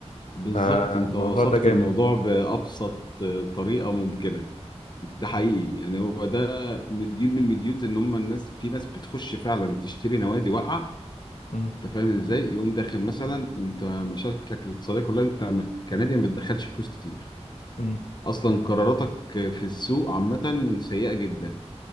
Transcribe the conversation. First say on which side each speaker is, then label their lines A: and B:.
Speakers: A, on the left (about 40°); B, on the left (about 80°).
A: بالظبط
B: فالموضوع
A: انت وصفت
B: ده جامد
A: الموضوع بأبسط طريقة ممكنة ده
B: حلو
A: حقيقي يعني هو ده مديول من المديولز ان هم الناس في ناس بتخش فعلا تشتري نوادي واقعة
B: مم.
A: انت فاهم ازاي يقوم داخل مثلا انت مشاكلك الاقتصادية كلها انت كنادي ما بتدخلش فلوس كتير
B: مم.
A: اصلا قراراتك في السوق عامة سيئة جدا